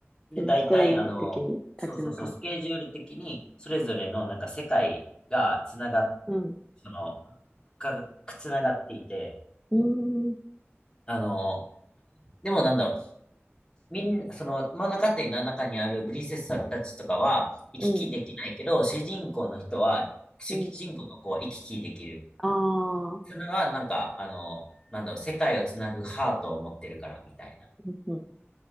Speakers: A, on the left; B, in the centre.
A: で、
B: その一人の敵に立ち向かう。
A: 大体、あの、そうそうそう、スケジュール的に、それぞれの、なんか、世界がつながっ、
B: うん。
A: その、が、つながっていて、
B: うん、
A: あの、でもなんだろう、みん、その物語の中にあるプリンセスたちとかは行き来できないけど、
B: うん、
A: 主人公の人は、主人公の子は行き来できる。
B: うん。ああ、
A: それはなんか、あの、なんだろう、世界をつなぐハートを持ってるからみたいな。
B: うん、うん。